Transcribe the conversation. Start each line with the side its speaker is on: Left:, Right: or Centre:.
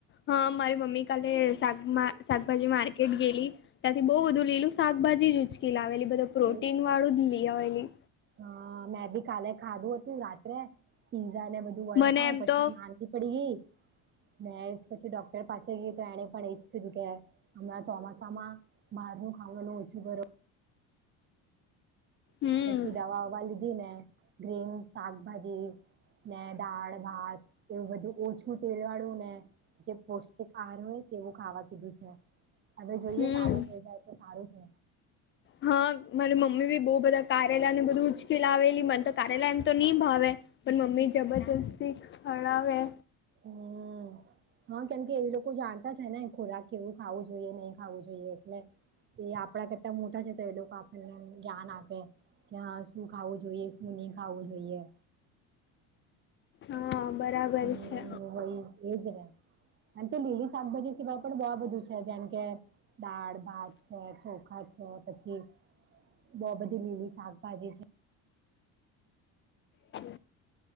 Left: હા મારી મમ્મી કાલે શક શાકભાજી માર્કેટ ગેલી ત્યાંથી બહુ બધું લીલું શાકભાજી ઉચકી લાવેલી બધું પ્રોટીન
Right: એજ તો
Left: વાળું જ લી આવેલી.
Right: હા મેં ભી કાલે ખા દું હતી રાત્રે પીઝા ને બધું. વડા
Left: મને
Right: પાઉ
Left: એમ
Right: પછી
Left: તો
Right: માદી પડી ગઈ મેજ પછી ડોક્ટર પાસે ગઈ તો એને પણ એ કી કે હમણાં ચોમાસામાં બહાર ન ખાવાનું ઓછું કરો
Left: હમ
Right: પછી દવાવા લીધી ને ગ્રીન શાકભાજી ને દાળ ભાત એવું બધું ઓછું તેલ વાળું ને જે પૌષ્ટિક આહાર હોય. કેવું ખાવા કીધું છે હવે જોઈએ
Left: હમ
Right: સારું થઈ જાય તો સારું છે
Left: હા મારી મમ્મી ભી બહુ બધા કાર્યાલયને બધું ઉચકેલાવેેલી મને તો કાર્યાલય એમ તો નહી ભાવે પણ મમ્મી જબરજસ્તી હરાવે
Right: હમ હા કેમ કે એવી લોકો જાણ છે ને ખોરાક કેવું ખાવું જોઈએ નહી ખાવું જોઈએ એટલે એ આપણા કરતા મોટા છે તો એ લોકો આપણને જ્ઞાન આપે કે હા શું ખાવું જોઈએ શું નહી ખાવું જોઈએ
Left: હા બરાબર
Right: હમ
Left: છે
Right: ભય એજને અને તે લીલી શાકભાજી સિવાય પણ બહ બધું છે જેમ કે દાળ ભાત છે ચોખા છે પછી બઉુ બધી લીલી શાકભાજી છે
Left: બ